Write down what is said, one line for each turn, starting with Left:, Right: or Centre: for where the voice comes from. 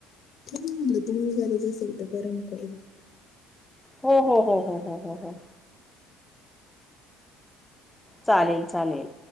Left: म्हटलं तुम्हाला करायचं असेल तर करून मोकळ्या व्हा.
Centre: हो हो हो हो हो हो हो. चालेल चालेल.